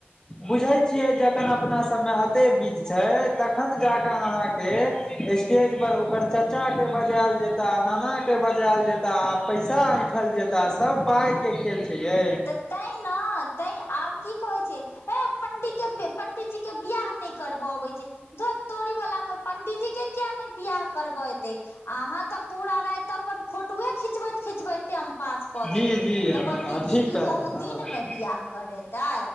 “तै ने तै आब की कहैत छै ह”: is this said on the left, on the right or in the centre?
Left